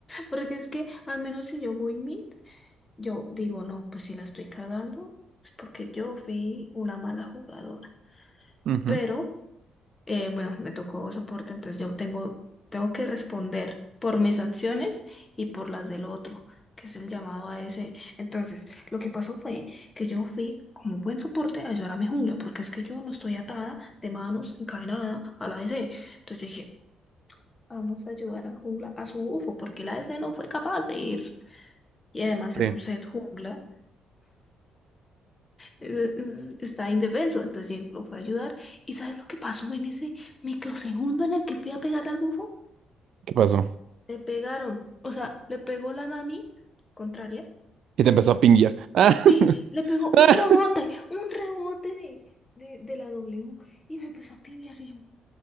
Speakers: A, on the left; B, on the right.
A: Porque es que al menos si yo voy mid, yo digo, no, pues si la estoy cagando, es porque yo fui una mala jugadora.
B: Ujú.
A: Pero, eh, bueno, me tocó soporte, entonces yo tengo, tengo que responder por mis acciones y por las del otro, que es el llamado a ese. Entonces, lo que pasó fue que yo fui como buen soporte a ayudar a mi jungla, porque es que yo no estoy atada de manos, encadenada a la ADC. Entonces yo dije, Vamos a ayudar al jungla, a su bufo, porque la ADC no fue capaz de ir. Y además
B: Sí.
A: era un set jungla, eh, eh, eh, está indefenso, entonces Jhin lo fue a ayudar. ¿Y sabes lo que pasó en ese microsegundo en el que fui a pegarle al bufo?
B: ¿Qué pasó?
A: Le pegaron, o sea, le pegó la Nami, contraria.
B: Y te empezó a pinguear. Ah,
A: Sí, le pegó
B: <laughs>
A: un
B: ah,
A: rebote, un rebote de, de, de la W y me empezó a pinguear y yo,